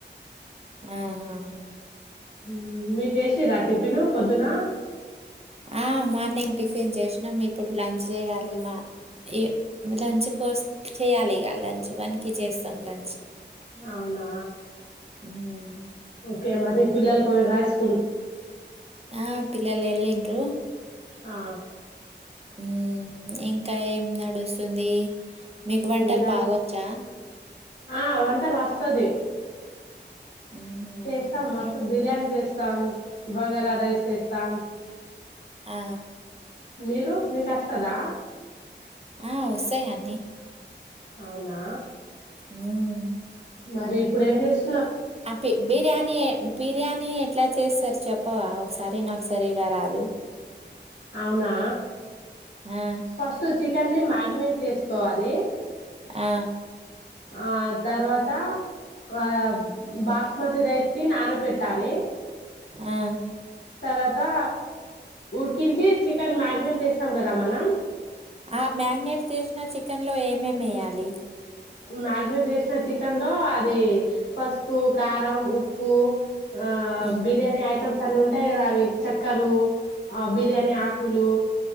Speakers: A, on the right (about 35°); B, on the left (about 70°).
A: ఆ ఆ ఆ
B: హుమ్ మీరు చేసిర టిఫిన్ తిన్ను పొద్దునా
A: ఆ మార్నింగ్ టిఫిన్ చేసినాం ఇప్పుడు లంచ్ చేయాలి మా ఈ లంచ్ కోసం చేయాలి ఇక లంచ్ వన్కి చేస్తాం లంచ్
B: అవునా
A: మ్మ్.
B: హు క మరి పిలలు పోయి రైస్
A: ఆ పిల్లల ఎల్లిన్రు
B: ఆ
A: ఉ ఇంకా ఏం నడుస్తుంది మికు వంటలు
B: ఇంకా
A: బాగొచ్చా
B: ఆ అ వంట రా వస్తది
A: ఉహు
B: చేస్తాం మస్తు
A: ఆ
B: బిర్యానీ చేస్తా స్తమ్ భగర రైస్ చేస్తమ్
A: ఆ
B: మీరు మీకస్తదా
A: ఆ వస్తాయి అన్నీ
B: అవునా
A: హ్మ్మ్
B: మరి ఇప్పుడ ఎం చెస్
A: అప్పి బిర్యానీ బి బిర్యానీ ఎట్లా చేస్తారు చెప్పవా ఒకసారి నాకు సరిగా రాదు
B: అవునా
A: ఆ
B: ఫస్ట్ వచ్ చికెన్ని మ్యాగ్ నేట్ చేసుకోవాలి
A: ఆ
B: ఆ తర్వాత ఆ బాస్మతి రైస్కిి నాన పెట్టాాలి
A: ఆ
B: తర్వాతా ఊ చికెన్ మ్యా చేస్తం గదా మనం
A: ఆ మ్యాగ్నేెట్ చేసిన చి చికెన్ లో ఏమేమి ఎయ్యాలి
B: మ్యాగినేట్ చేసిన చికెన్ లో అది పసుపు కారం ఉప్పు ఆ
A: ఉమ్,
B: బిర్యానీి ఐటమ్స్ అన్ని ఉంటాయి కదా అవి చెక్కలు ఆ బిర్యానీ ఆకులు